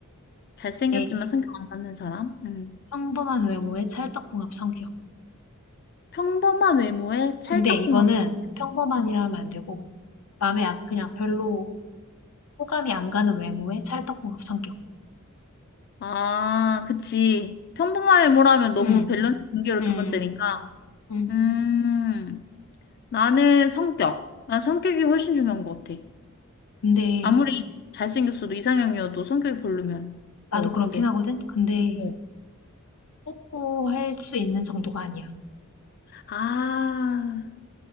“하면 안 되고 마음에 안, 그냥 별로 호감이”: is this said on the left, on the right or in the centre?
Left